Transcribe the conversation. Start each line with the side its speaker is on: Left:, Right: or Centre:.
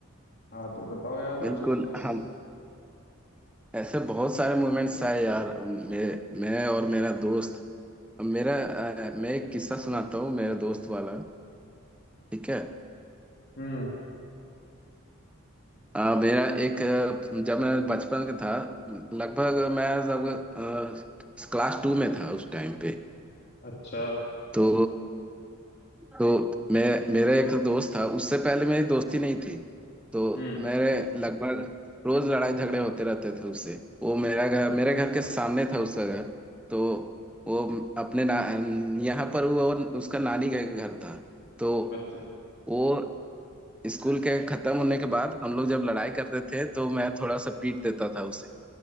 Left: हाँ तो बताओ यार कुछ
Centre: बिल्कुल
Left: उसमें से
Centre: हम ऐसे बहुत सारे मोमेंट्स आए यार मैं मैं और मेरा दोस्त मेरा अ, मैं एक किस्सा सुनाता हूँ मेरा दोस्त वाला ठीक है
Left: हम्म
Centre: अ, मेरा एक अ, जब मैं बचपन का था लगभग मैं जब अ, क्लास टू में था उस टाइम पे
Left: अच्छा
Centre: तो तो मैं मेरा एक दोस्त था उससे पहले मेरी दोस्ती नहीं थी तो
Left: हम्म
Centre: मेरे लगभग रोज लड़ाई झगड़े होते रहते थे उससे वो मेरा घर मेरे घर के सामने था उसका घर तो वो अपने ना यहाँ पर वो उसका नानी का घर था तो
Left: अच्छा
Centre: वो स्कूल के खत्म होने के बाद हम लोग जब लड़ाई करते थे तो मैं थोड़ा सा पीट देता था उसे